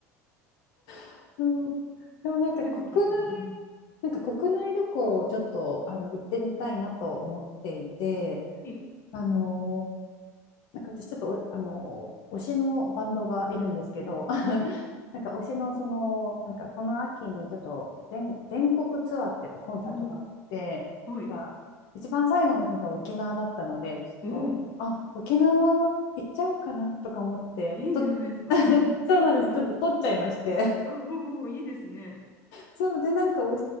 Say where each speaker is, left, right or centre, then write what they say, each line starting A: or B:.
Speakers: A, on the left (about 70°); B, on the left (about 30°).
A: <laughs> そう。でもなんか国内、
B: めて聞いたの。うん。
A: なんか国内旅行をちょっとあの行ってみたいなと思っていて、
B: はい。
A: あのなんか私ちょっとおあの推しのバンドがいるんですけど
B: お、はい。
A: <laughs> なんか推しのそのなんかこの秋にちょっと全全国ツアーっていうかコンサートがあってが一番最後の日が沖縄だったのでちょっとあ沖縄行っちゃおうかなとか思ってと
B: おーはい。おーいいじゃないですか。
A: <laughs>
B: うん。<laughs>
A: そうなんですちょっと撮っちゃいまして
B: うん、うん、うん、いいですね。
A: そうでなんか推